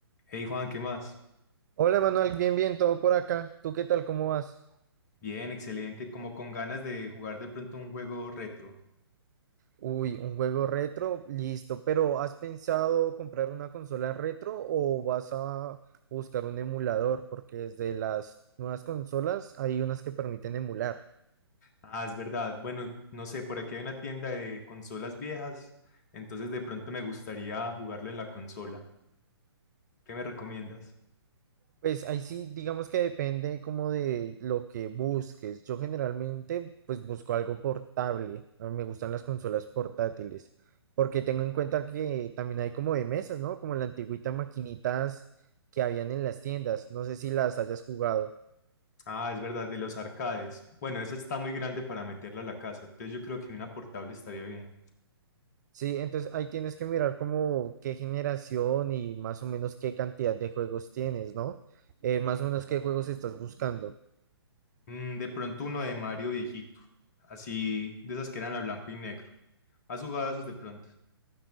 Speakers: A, on the left; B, on the right.
A: Hey Juan, ¿qué más?
B: Hola Manuel, bien, bien, todo por acá. ¿Tú qué tal? ¿Cómo vas?
A: Bien, excelente, como con ganas de jugar de pronto un juego retro.
B: Uy, un juego retro, listo. Pero ¿has pensado comprar una consola retro o vas a buscar un emulador? Porque desde las nuevas consolas hay unas que permiten emular.
A: Ah, es verdad. Bueno, no sé, por aquí hay una tienda de consolas viejas, entonces de pronto me gustaría jugarlo en la consola. ¿Qué me recomiendas?
B: Pues ahí sí, digamos que depende como de lo que busques. Yo generalmente pues busco algo portable. A mí me gustan las consolas portátiles, porque tengo en cuenta que también hay como de mesas, ¿no? Como la antigüita maquinitas que habían en las tiendas. No sé si las hayas jugado.
A: Ah, es verdad, de los arcades. Bueno, esa está muy grande para meterla a la casa, entonces yo creo que una portable estaría bien.
B: Sí, entonces ahí tienes que mirar como qué generación y más o menos qué cantidad de juegos tienes, ¿no? Eh, más o menos qué juegos estás buscando.
A: Mm, de pronto uno de Mario viejito, así de esas que eran a blanco y negro. ¿Has jugado esos de pronto?